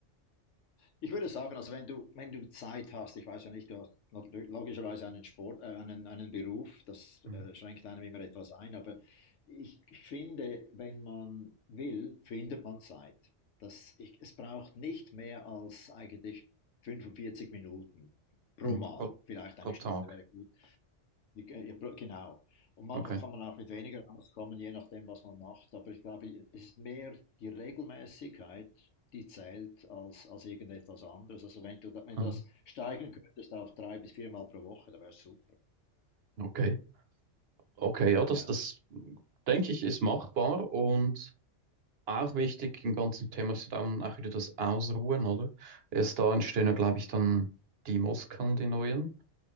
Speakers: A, on the left; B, on the right.
A: Ich würde sagen, also wenn du, wenn du Zeit hast, ich weiß ja nicht, du hast not- logischerweise einen Sport, äh, einen, einen Beruf, das
B: Mhm.
A: äh, schränkt einem immer etwas ein, aber ich finde, wenn man will, findet man Zeit. Das, ich, es braucht nicht mehr als eigentlich 45 Minuten pro
B: Mhm.
A: Mal.
B: Pro,
A: Vielleicht
B: pro
A: eine
B: Tag.
A: Stunde wäre gut. Ja, ja, br- genau. Und manchmal
B: Okay.
A: kann man auch mit weniger auskommen, je nachdem, was man macht. Aber ich glaube, es ist mehr die Regelmäßigkeit, die zählt, als, als irgendetwas anderes. Also wenn du, da- wenn
B: Ah,
A: du das steigern könntest auf drei bis viermal pro Woche, dann wäre es super.
B: Okay. Okay, ja,
A: Ja,
B: das, das denke ich, ist machbar und Auch wichtig im ganzen Thema ist ja dann auch wieder das Ausruhen, oder? Erst da entstehen ja, glaube ich, dann die Muskeln, die neuen.